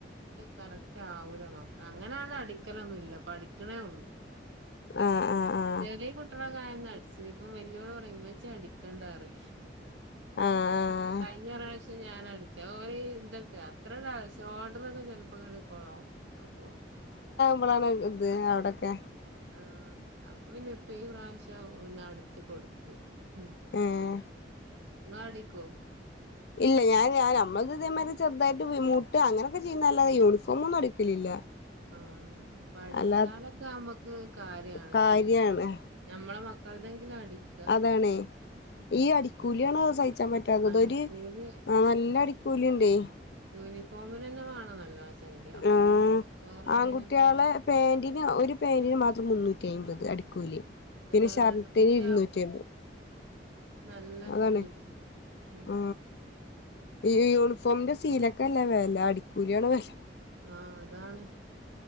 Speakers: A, on the right (about 80°); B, on the left (about 60°).
A: കറക്റ്റ് ആവൂല മക്ക അങ്ങനെ ങ്ങനെ അടിക്കലൊന്നുല്ല പഠിക്കണേ ഒള്ളൂ
B: ആഹ് ആഹ് ആഹ്
A: ചെറിയ കുട്ടികളായാന്നൊക്കെ അടിച്ച് നി ഇപ്പം വെല്ലിയോള് ഉമ്മച്ചി അടിക്കണ്ടാറി
B: ആഹ്
A: കഴിഞ്ഞ പ്രാശ് പക്ഷെ ഞാനാ അടിച്ചെ ഓ ഇന്തൊക്കെ അത്ര <unintelligible> ഷോൾഡർ ചെല ഇപ്പ <unintelligible> അപ്പോ
B: നമ്മളാണ് ഇത് അവിടൊക്കെ
A: ആ അപ്പൊ ഇനി ഒത്തിര പ്രാവശ്യം പിന്നെ അടുത്ത് കൊടുത്ത് മ്
B: ഏഹ്
A: ഇങ്ങൾ അടിക്കു
B: ഇല്ല ഞാൻ ഞൻ നമ്മ ഇതേമാതിരി ചെറുതായിട്ട് മുട്ട് അങ്ങനെയൊക്കെ ചെയ്യുന്നല്ലാെ യൂണിഫോമൊന്നും അടിക്കലില്ല
A: ആ പഠിച്ചാലക്കെ
B: അല്ലാ
A: നമ്ക്ക് കാര്യാണ്
B: കാര്യാണ്
A: ഒരു നമ്മളെ മ മക്കളെതെങ്കിലും അടിക്ക
B: അതാണേ ഈ അടിക്കൂലിയാണ് സഹിച്ചാൻ പറ്റാത്തത്
A: അടിക്കൂലി
B: ഇതൊരു നല്ല അടിക്കൂലിണ്ടേ
A: യൂണിഫോമിന് തന്നെ വേണം നല്ല സഖ്യ അപ്പൊ
B: ആഹ്
A: പിന്നെ വേറെഉള്ളയ്
B: ആൺകുട്ടികളെ
A: നോക്കെ
B: പാന്റിന് മാത്രംഒരു പെയിന്റിന് മാത്രം മുന്നൂറ്റി അമ്പത് അടി കൂലി പിന്നെ
A: തന്നെ
B: ഷർട്ടിന്
A: രണ്ടും കൂടി
B: ഇരുന്നൂറ്റിമ്പത്
A: ആവുമ്പോ നല്ല
B: അതാണ്
A: വെരുല്ലോ ഉം
B: ആ ഈ യൂണിഫോമിന്റെ സീലൊക്കെ അല്ല വെല അടിക്കൂലിയാണ് വെല
A: ആ അതാണ്